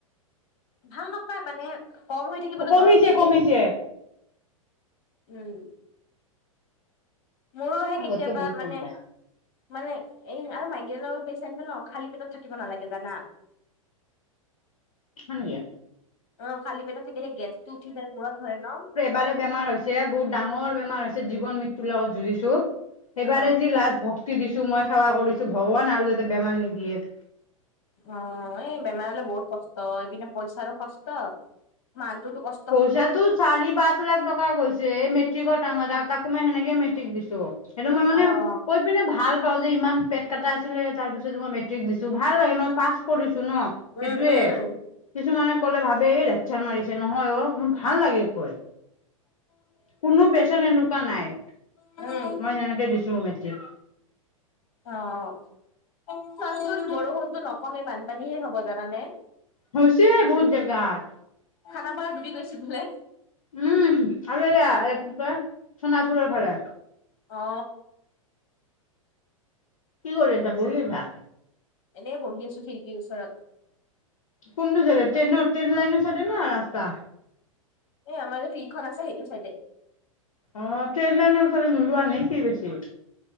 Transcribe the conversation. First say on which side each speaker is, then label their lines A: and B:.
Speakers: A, on the left; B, on the left.
A: ভাল নাপায় মানে কম হৈ থাকিবলৈ
B: কমিছে
A: দৰৱ দিয়ে।
B: কমিছে
A: উম। মোৰোহে
B: আগতকে
A: কেতিয়াবা
B: বহুত কমিছে
A: মানে মানে এই আৰু মাইগ্ৰেইনৰ পেচেণ্টটো ন খালী পেটত থাকিব নালাগে জানা। <inaudible>
B: হয় নেকি?
A: অ খালি পেটত থাকিলে গেছটো উঠি যায় মূৰত ধৰে ন।
B: বাৰে বেমাৰ হৈছে বহুত ডাঙৰ বেমাৰ হৈছে জীৱন মৃত্যু লগত যুঁজিছো। সেইবাৰে
A: অ'।
B: যি লাষ্ট ভক্তি দিছো মই সেৱা কৰিছো ভগৱান আৰু যাতে বেমাৰ নিদিয়ে।
A: অ এ বেমাৰ হলে বহুত কষ্ট এইপিনে পইচাৰো খষ্ট মানু্হটোটো কষ্ট
B: পইচাটো চাৰি পাঁচ লাখ টকা গৈছে এই মেট্ৰিকৰ টাইমত আৰু তাকো মই সেনেকে মেট্ৰিক দিছোঁ। সেইটো মই মানে
A: অ'।
B: কৈ পিনে ভাল পাও যে ইমান পেট কটা আছিলে তাৰ পিছত মই মেট্ৰিক দিছো ভাল লাগে ন পাছ কৰিছো ন।
A: উম,
B: সেইটোয়ে
A: উম,
B: কিছুমানে কলে ভাবে এই লেকচাৰ মাৰিছে নহয় অ মোৰ ভাল লাগে কৈ। কোনো পেচেন এনেকুৱা নাই
A: উম,
B: মই যেনেকে দিছোঁ মেট্ৰিক।
A: অ চোৱাচোন বৰষুণতো নকমেই বানপানী হে হব জানানে।
B: হৈছে বহুত জেগাত।
A: খানা পাৰা দুুবি গৈছে বোলে।
B: উম আৰু এইয়া কি কয় সোণাপুৰৰ ফালে।
A: অ।
B: কি কৰি আছা, বহি আছা?
A: এনেই বহি আছো খিৰিকীৰ ওচৰত।
B: কোনটো জেগাত ট্ৰেন লাইনৰ চাইদে না ৰাস্তা?
A: এ আমাৰ যে ফিল্ড খন আছে সেইটো চাইডে।
B: অ' ট্ৰেন লাইনৰ ফালে নোলোৱা নেকি বেছি?